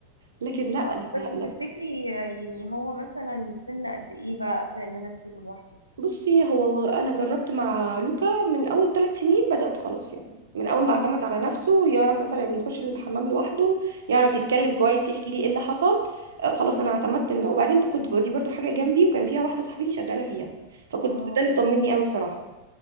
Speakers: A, on the right (about 65°); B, on the left (about 85°).
A: لكن لا
B: اه
A: لما
B: بس
A: لما
B: تفتكري يعني هو مثلا سن قد ايه بقى ابدا ان انا اسيبه لوحده
A: بصي هو هو انا جربت مع لوكا من اول ثلاث سنين بدات خلاص يعني من اول
B: يا
A: ما
B: نهار
A: اعتمد على نفسه يعرف مثلا
B: ثلاث
A: يخش
B: سنين
A: الحمام لوحده يعرف يتكلم كويس يحكي لي ايه اللي حصل آه، خلاص انا اعتمدت انه وبعدين كنت بوديه برضو حاجه جنبي وكان فيها واحده صاحبتي شغاله فيها فكنت
B: اه
A: ده اللي
B: اه
A: بيطمني قوي بصراحه